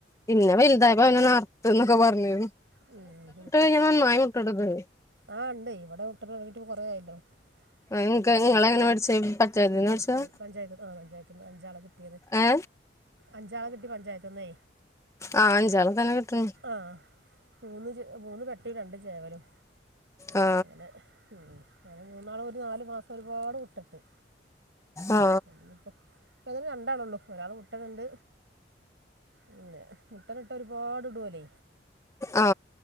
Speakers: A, on the left (about 15°); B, on the right (about 75°).
A: പിന്നെ വെൽതായപ്പോ അവനെന്നർ ത്ത് ന്നൊക്കെ പർഞ്ഞിണ്.
B: ഉം <unintelligible>
A: <unintelligible> മായിക്കട്ത്
B: ആഹ് ഇണ്ടെയ് ഇവടെ മുട്ട ടെലൊട്ങ്ങിട്ട് പ്പോ കൊറേ ആയല്ലോ
A: നിങ്ങക്ക്
B: ഇവട്ത്തെ കിട്ടിട്ട്
A: നിങ്ങളെങ്ങനെ
B: ഒര് വർഷ
A: മേടിച്ചേ പഞ്ചായത്തിന്ന്
B: ഒരു
A: മേടിച്ചതാ
B: വർഷായി പഞ്ചായത്ത് ആഹ് പഞ്ചായത്ത്ന്ന് അഞ്ചാളെ കിട്ട്യെത്.
A: ഏ
B: അഞ്ചാളെ കിട്ടി പഞ്ചായത്ത്ന്നെ
A: ആഹ് അഞ്ചാളെ തന്നെ കിട്ട്ണ്.
B: ആഹ് മൂന്ന് ചെ മൂന്ന് പട്ടിം രണ്ട് ചേവലും
A: ആ
B: അങ്ങനെ ഉം ഞാന് മൂന്നാള് ഒരു നാല് മാസം ഒരുപാട് മുട്ടട്ട്
A: ആ
B: <unintelligible> പ്പം അങ്ങനെ രണ്ടാളുണ്ട് ഒരാള് മുട്ടട്ണ്ട് പിന്നെ മുട്ട <unintelligible> ഒരുപാട് ഇടോള്
A: ആ